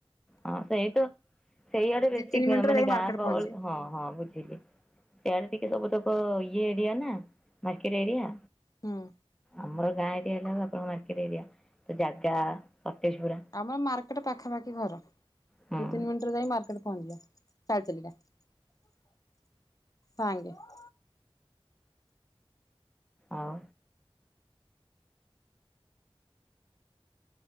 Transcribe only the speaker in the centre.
ହଁ ସେଇ ତ ସେଇଆଡେ ବେଶୀ
ମାନେ
ଗାଁ
ଗହଳି
ହଁ ହଁ ବୁଝ ଇଆଡେ ଟିକେ ସବୁ ତକ ଇଏ ଏରିଆ ନା ମାର୍କେଟ ଏରିଆ।
ଆମର ଗାଁ ଏରିଆ ହେଲା ମାର୍କେଟ ଏରିଆ ଜାଗା ସଟେଜ ପୁରା।
ହୁଁ
ଆଉ।